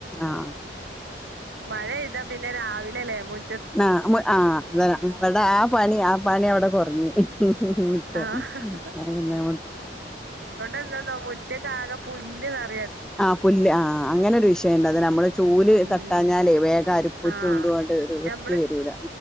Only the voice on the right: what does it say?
മഴ ഇതാ പിന്നെ രാവിലല്ലെ മുൻ
ആഹ്
<unintelligible> മുറ്റകാകെ പുല്ല് നേർ
ഉം
ആ
ഞമ്മള്